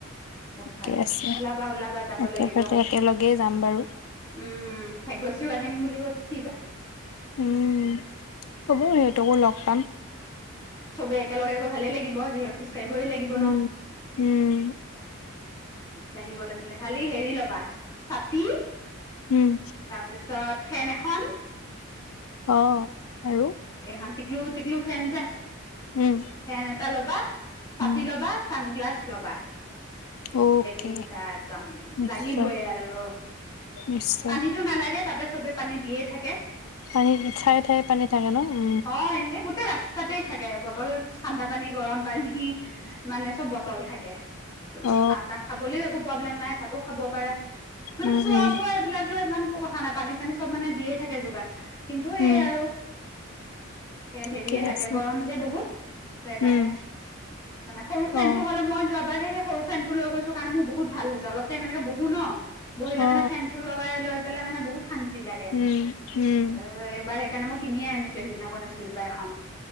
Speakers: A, on the left; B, on the left.
A: বহুত ভাল
B: ঠিকে
A: লাগে
B: আছে
A: ওলাবা ওলাবা যাব
B: একেলগতে
A: লাগিব
B: একেলগেই যাম বাৰু
A: উম উম ভাগ্যশীও আহিম বুলি কৈছে কি বা
B: উম হ'ব সিহঁতকো লগ পাম
A: চবে একেলগে গৈ ভালেই লাগিব, যিহু কৰিবই লাগিব ন
B: উম উম
A: <unintelligible> াঢ়ি গলে মানে খালি হেৰি ল'ব ছাতি?
B: উম
A: তাৰপিছত ফেন এখন
B: অ আৰু?
A: এ হা তিকলো, তিকলু ফেন য
B: উম
A: ফেন এটা লবা চাতি
B: উম
A: ল'বা চানগ্লাছ লবা,
B: অ'কে
A: সেই তিনটা একদম
B: নিশ্চয়
A: লাগিবইে আৰু
B: নিশ্চয়
A: পানীতটো নালাগে তাতে চবে পানী দিয়ে থাকে
B: পানী ঠায়ে ঠায়ে পানী থাকে ন, উম
A: হয় - গোটতে ৰাস্তাতে থাকে, বটল ঠা্ডা পানী গৰম পানী মানে চব বটল থাকে, ত
B: অ
A: চাহ তাহ খাবলৈ একো প নাই খাব পাৰো, মানে
B: উম
A: খোৱা
B: উম
A: বোৱা এইবিলাক লৈ ইমান একো কথা নাই পানী চানী চব মানে দিয়ে থাকে যোগান কিন্তু
B: উম
A: এই আৰু
B: ঠিকে
A: হেৰিয়ে লাগে
B: আছে
A: গৰম যে বহুত স সেইকাৰণে
B: উম
A: মানে সৰু ফেন
B: অ
A: টো হলে মই যোৱাবাৰে সেই সৰু ফেন টো লৈ গৈছো কাৰণে মোৰ বহুত বহত ভাল হৈছে অলপ ততে মানে বহো ন, বহিলে
B: অ
A: মানে ফেন টো লগাই লৈ মানে বহুত শান্তি লাগে,
B: উম উম
A: ত এবাৰ সেইকাৰণে মই কিনিয়ে আনিছো। সদিনাখনণ আ চ পাই এখন <unintelligible>